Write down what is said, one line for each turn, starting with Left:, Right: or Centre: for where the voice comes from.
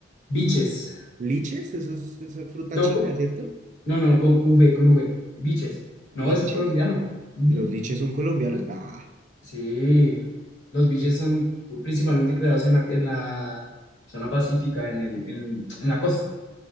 Left: Biches.
Right: ¿Liches? Eso es, esa es fruta
Left: No,
Right: china,
Left: co-
Right: ¿cierto?
Left: no, no, no, con V, con V. Biches.
Right: ¿Liches?
Left: No, eso es colombiano. Ujú.
Right: ¿Los liches son colombianos? Bah,
Left: Sí, los biches
Right: yo-
Left: son principalmente creados en la, en la zona pacífica, en el, en, en la costa.